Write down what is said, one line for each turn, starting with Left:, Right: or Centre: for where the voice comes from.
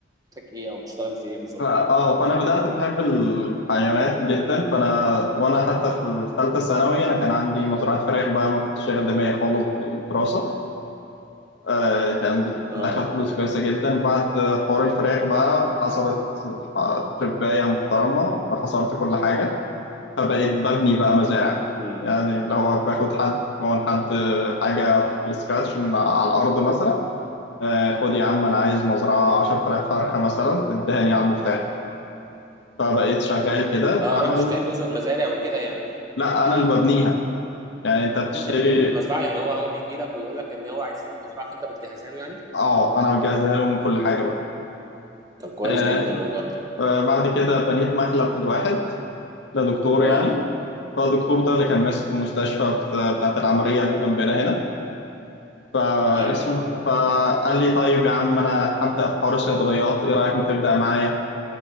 Right: ايه او بتشتغل في ايه بالظبط
Left: ف- اه فانا بدات بحب الحيوانات جدا فانا وانا حتى في ثالثه ثانوي انا كان عندي مزرعه فراخ بقى ما كنتش شاغل دماغي خالص بالدراسه آه كان
Right: اه
Left: بتدخل فلوس كويسه جدا بعد حوار الفراخ بقى حصلت ح- تربايه محترمه فحصرت كل حاجه فبقيت ببني بقى مزارع
Right: امم
Left: يعني اللي هو باخد حد من حد حاجه في السكراتش من على الارض مثلا آه خد يا عم انا عايز مزرعه 10000 فرخه مثلا ادهني على المفتاح فبقيت شغال كده
Right: اه
Left: فعمل
Right: رحت اشتريت تقصد مزارع وكده يعني
Left: لا انا اللي ببنيها يعني انت بتشتري
Right: انت اللي بتبني المزرعه يعني هو هو بيجي لك ويقول لك ان هو عايز يعمل مزرعه فانت بتجهزها له يعني
Left: اه انا بجهزها لهم كل حاجه بقى
Right: طب كويس
Left: آه
Right: جدا والله
Left: آه، بعد كده بنيت مخلب لواحد لدكتور
Right: اه
Left: يعني فالدكتور ده اللي كان ماسك المستشفى بت- بتاعت العملية اللي جنبنا هنا فاسمه
Right: ايوه
Left: فقال لي طيب يا عم أنا هبدأ في حوار الصيدليات إيه رأيك ما تبدأ معايا؟